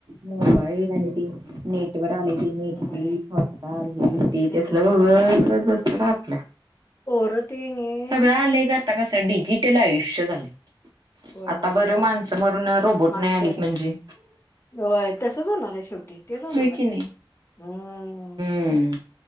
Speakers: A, on the right; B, on the left.
A: मोबाईल आणि ते नेटवर आली ती नेट
B: होय
A: <unintelligible> ते
B: नाही
A: तेसलं
B: तर होय
A: बघत बसत रा आपल्या.
B: पोरं ते नाही
A: सगळं आलंय का आता कस डिजिटल आयुष्य झालेय.
B: होय
A: आता
B: होय
A: बरं
B: होय
A: माणसं मरून रोबोट
B: माणसं
A: नाही आलीत म्हणजे.
B: होय तसच होणार आहे शेवटी तेच होणार
A: होय
B: आहे
A: की नाही.
B: हम.
A: हम्म